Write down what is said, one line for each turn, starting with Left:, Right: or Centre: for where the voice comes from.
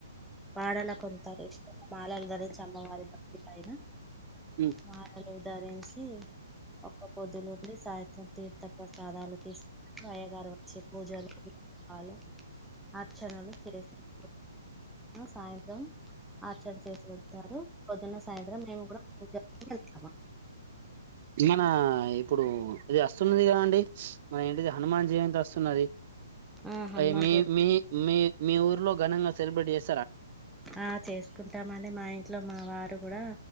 Centre: వాడలా కొంతారు ఇష్ట మాలలు ధరించి అమ్మవారి పతి పైన
Right: ఉమ్.
Centre: మాడలు ధరించి ఒక పొద్దులు సాయంత్రం తీర్థ ప్రసాదాలు తీసుకు అయ్యగారు వచ్చే పూజలు పకాలు ఆచరణలు చేసిద్ సాయంత్రం ఆర్చర్ చేసి వతారు పొద్దున్న సాయంత్రం మేము కూడా పూజ వెళ్తాము
Right: మనా ఇప్పుడు ఇది వస్తున్నది కాదండి మన ఏంటిది హనుమాన్ జయంతి వస్తున్నది
Centre: ఆ హనుమాన్
Right: అ మీ
Centre: జయ
Right: మీ మీ ఊర్లో ఘనంగా సెలబ్రేట్ చేసి
Centre: ఆ చేసుకుంటామని మా ఇంట్లో మా వారు కూడా